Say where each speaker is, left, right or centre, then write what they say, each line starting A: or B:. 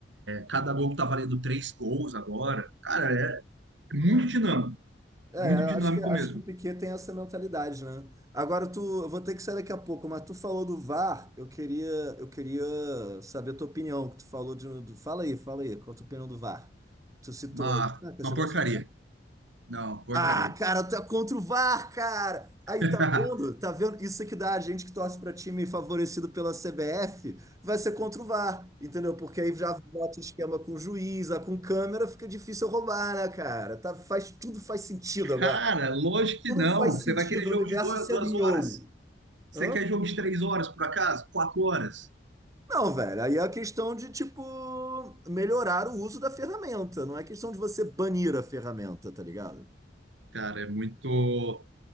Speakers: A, on the right; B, on the right.
A: Cada gol que tá valendo três gols agora. Cara, é muito dinâmico.
B: É,
A: Muito dinâmico
B: acho que, acho
A: mesmo.
B: que o Piquet tem essa mentalidade, né? Agora tu, eu vou ter que sair daqui a pouco, mas tu falou do VAR, eu queria, eu queria saber a tua opinião, que tu falou de, um, do- fala aí, fala aí, qual a tua opinião do VAR? Que tu citou
A: Uma,
B: aí. Ah, que
A: uma
B: você gosta
A: porcaria.
B: de VAR?
A: Não, porcaria.
B: Ah, cara, tu é contra o VAR, cara! Aí,
A: <laughs>
B: tá vendo? Tá vendo? Isso é que dá a gente que torce pra time favorecido pela CBF, vai ser contra o VAR, entendeu? Porque aí já bota o esquema com juiz, ah, com câmera, fica difícil roubar, né, cara? Tá, faz, tudo faz sentido
A: Cara,
B: agora
A: lógico que
B: tudo
A: não.
B: faz sentido,
A: Você vai querer jogo
B: o universo
A: de duas,
B: se
A: duas
B: alinhou.
A: horas. Você
B: Hã?
A: quer jogo de três horas, por acaso? Quatro horas.
B: Não, velho. Aí é a questão de, tipo, melhorar o uso da ferramenta. Não é questão de você banir a ferramenta, tá ligado?
A: Cara, é muito.